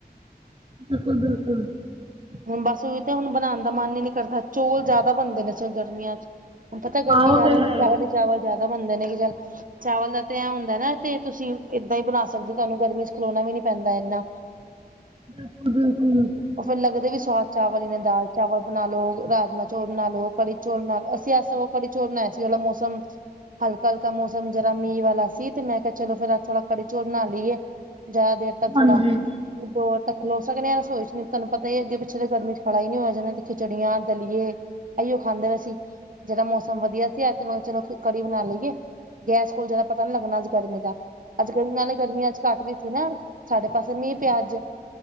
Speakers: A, on the right (about 35°); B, on the right (about 55°).
A: ਬਿਲਕੁਲ-ਬਿਲਕੁਲ।
B: ਹੁਣ ਬਸ ਉਈ ਤੇ, ਹੁਣ ਬਣਾਣ ਦਾ ਮਨ ਈ ਨੀ ਕਰਦਾ, ਚੌਲ ਜ਼ਿਆਦਾ ਬਨਦੇ ਨੇ ਸਗੋ ਗਰਮੀਆਂ'ਚ। ਹੁਣ ਪਤਾ,
A: ਹਾਂ
B: ਗਰਮੀ
A: ਉਹ
B: ਜ਼ਿਆਦਾ
A: ਤੇ ਹੈ
B: ਚਾਵਲ ਹੀ ਚਾਵਲ ਜਿਆਦਾ ਬਣਦੇ ਨੇ, ਕਿ ਚੱਲ ਚਾਵਲ ਦਾ ਤੇ ਐ ਹੁੰਦਾ ਨਾ, ਤੇ ਤੁਸੀਂ ਏਦਾਂ ਹੀ ਬਣਾ ਸਕਦੇ ਹੋ, ਤੁਹਾਨੂੰ ਗਰਮੀ'ਚ ਖਲੋਣਾ ਵੀ ਨੀ ਪੈਂਦਾ ਇੰਨਾ।
A: ਬਿਲਕੁਲ-ਬਿਲਕੁਲ।
B: ਓ ਫੇਰ ਲੱਗਦੇ ਵੀ ਸੁਵਾਦ ਚਾਵਲ ਈ ਨੇ, ਦਾਲ-ਚਾਵਲ ਬਣਾਲੋ, ਰਾਜਮਾਂ-ਚੋਲ ਬਣਾਲੋ, ਕੜੀ ਚੋਲ ਨਾਲ, ਅਸੀਂ ਅੱਜ ਸਗੋ ਕੜੀ ਚੋਲ ਬਨਾਏ ਸੀ, ਓ ਲਾ ਮੌਸਮ ਹਲਕਾ-ਹਲਕਾ ਮੌਸਮ ਜ਼ਰਾ ਮੀਂਹ ਵਾਲਾ ਸੀ, ਤੇ ਮੈਂ ਕਿਹਾ ਚਲੋ ਫਿਰ, ਅੱਜ ਥੋੜਾ ਕੜੀ ਚੋਲ ਬਣਾ ਲੀਏ। ਜ਼ਿਆਦਾ ਦੇਰ ਤੱਕ
A: ਹਾਂਜੀ
B: ਥੋੜਾ, ਓਪਰੋ ਹੋਰ ਤਕ ਖਲੋ ਸਕਦੇ ਆਂ, ਰਸੋਈ'ਚ ਨਹੀਂ। ਤੁਹਾਨੂੰ ਪਤਾ ਈਏ, ਅੱਗੇ ਪਿੱਛੇ ਦੇ ਗਰਮੀ'ਚ ਖੜਾ ਹੀ ਨਹੀਂ ਹੋਈਆ ਜਾਂਦਾ, ਤੇ ਖਿਚੜੀਆਂ, ਦਲੀਏ ਐਈਓ ਖਾਂਦੇ ਪੇ ਸੀ। ਜਿਹੜਾ ਮੌਸਮ ਵਧੀਆ ਸੀ, ਅੱਜ ਤੇ ਮੈ ਚਲੋ ਕੜੀ ਬਣਾ ਲਈਏ, ਗੈਸ ਕੋਲ ਜਿਹੜਾ ਪਤਾ ਨੀ ਲੱਗਣਾ ਅੱਜ ਗਰਮੀ ਦਾ, ਅੱਜ ਗਰਮੀ ਨਾਲੇ ਗਰਮੀਆਂ ਅੱਜ ਘੱਟ ਵੀ ਸੀ ਨਾ, ਸਾਡੇ ਪਾਸੇ ਮੀਂਹ ਪਿਆ ਅੱਜ,